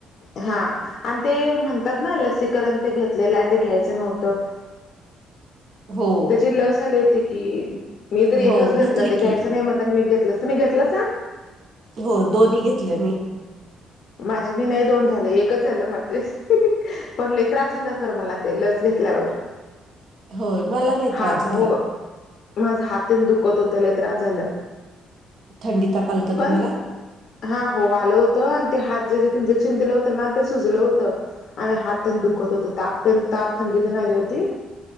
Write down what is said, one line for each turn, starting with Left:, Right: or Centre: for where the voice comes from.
Left: हा आणि ते म्हणतात ना लसीकरण ते घेतलेलं आहे ते घ्यायचं नव्हतं
Right: हो,
Left: त्याची लस आली होती की, मी तरी
Right: हो
Left: एकच घेतलं
Right: घेतली
Left: ते, घ्यायचं
Right: की.
Left: नाही म्हणताना, मी घेतलं तर तूमी घेतलं सां.
Right: हो, दोन्ही घेतले मी.
Left: माझे मी नाही दोन झाले, एकच झालं माझे, पण लई त्रास झालं खर मला. ते लस घेतल्यावर,
Right: होय मला नाही
Left: हा
Right: त्रास झाला.
Left: हो. माझं हात तेन दुखत होता, लंय त्रास झाला.
Right: थंडी ताप आलता
Left: पण,
Right: तुम्हाला?
Left: हा हो, आलो होत ते हातात जे इंजेक्शन दिलं होतं ना, ते सुजलं होतं. आणि हात त्यांन दुखत होत, तापतेन, ताप थंडीत आली होती.